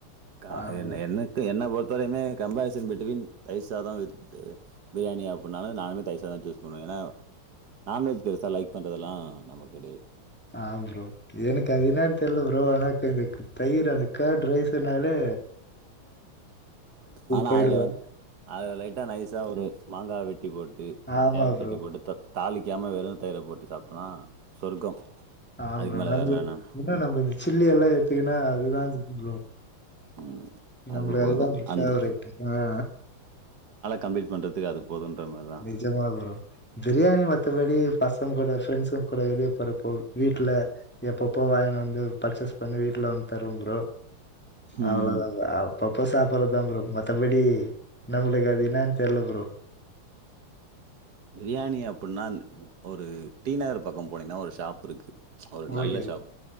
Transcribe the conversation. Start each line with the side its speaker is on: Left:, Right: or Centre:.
Right: கா
Centre: ஆ ப்ரோ
Right: என்ன என்ன எனக்கு என்ன பொறுத்த வரயுமே கம்பரிசன் பிட்டுவீன் தயிர் சாதோ வித்து பிரியாணியா அப்புனாலு நானுமே தயிர் சாதோதா சூஸ் பண்ணுவே ஏனா நான்வெஜ் பெருசா லைக் பண்ணுறதெல்லா நம்ம கெடயா
Centre: ஆ ப்ரோ எனக்கு அதுனா என்னனு தெர்ல ப்ரோ அனாக்குந்தக்கு தயிர் அந்த ஃகடுரரைசர் னாலே
Right: ஆனா
Centre: போயிடுவே
Right: அதுல வந் அது லைட்டா நைஸா ஒரு மாங்கா வெட்டி போட்டு
Centre: ஆமா
Right: கேரட்
Centre: ப்ரோ
Right: வெட்டி போட்டு தக் தாளிக்காம வெறும் தயிர போட்டு சாப்டோனா சொர்க்கம்
Centre: ஆ
Right: அதுக்கு
Centre: ப்ரோ
Right: மேல
Centre: நம்பு
Right: வேற என்ன வேணும்
Centre: இன்னு நம்பச் கில்லி எல்லை தினா அதுதா க்கு ப்ரோ
Right: ம் அது
Centre: நம்மளு
Right: போதும்
Centre: அதுதா ப்ரோ ஃபேவரேட்
Right: அந்த
Centre: ஆ
Right: கம்ப்ளிட் பண்ணறதுகு அது போதுன்ற மாரிதான்
Centre: நிஜமா ப்ரோ பிரியாணி மத்தபடி ஃபஸ் மத்தவங்க கூட ஃபிரெண்ட்ஸுக கூட வெளிய போறப்போ வீட்ல எப்பப்போ வாங்கினு வந்து பர்ச்சேஸ் பண்ணி வீட்ல வந்து தருவே ப்ரோ அவ்ளோதாங்க
Right: ம்
Centre: அப் பப்ப சாப்றதா ப்ரோ மத்தபடி நம்மளுக்கு அது என்னானு தெர்ல ப்ரோ
Right: பிரியாணி அப்பின்னான் ஒரு டி நகர் பக்கோ போனீங்கனா ஒரு ஷாப் இருக்கு ஒரு நல்ல
Centre: ஓகே
Right: ஷாப்